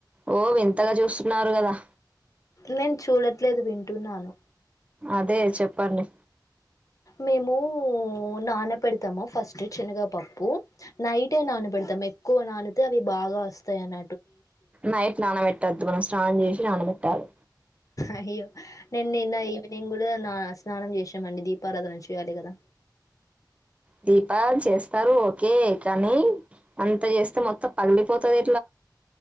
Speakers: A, on the right (about 15°); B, on the left (about 45°).
A: ఓ వింతగా చూస్తు నారు గదా
B: నేను చూడట్లేదు వింటున్నాను
A: అదే చెప్పండి
B: మేము నాన పెడతాము ఫస్ట్ చెనగా పప్పు నైటే నానబెడు తం ఎక్కువ నానితే అవి బాగా వస్తాయి అన
A: నైట్ నానబెట్టద్దు మనం స్నానం చేసి నానబెట్టాలి
B: అయ్యో నేను నిన్న ఈవినింగ్ గూ దే నాన స్నానం చేశామండి దీపారాధన చేయాలి కదా
A: దీపాన్ చేస్తారు ఓకే కానీ అంత చేస్తే మొత్తం పగిలిపోతాది